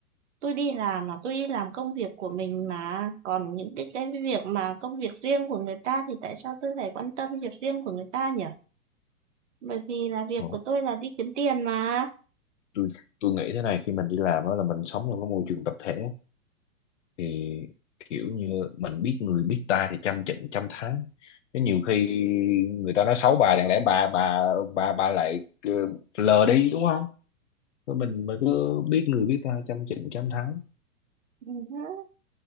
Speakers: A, on the right (about 55°); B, on the left (about 55°).
A: tôi đi làm là tôi đi làm công việc của mình mà còn những cái cái việc mà công việc riêng của người ta thì tại sao tôi phải quan tâm việc riêng của người ta nhỉ bởi vì là việc
B: Còn
A: của tôi là đi kiếm tiền mà
B: tôi tôi nghĩ thế này khi mình đi làm đó là mình sống trong cái môi trường tập thể thì kiểu như mình biết người biết ta thì trăm trận trăm thắng chứ nhiều khi người ta nói xấu bà chẳng lẽ bà bà bà bà lại ờ, lờ đi đúng không Rồi mình mới cứ biết người biết ta trăm trận trăm thắng
A: ừ.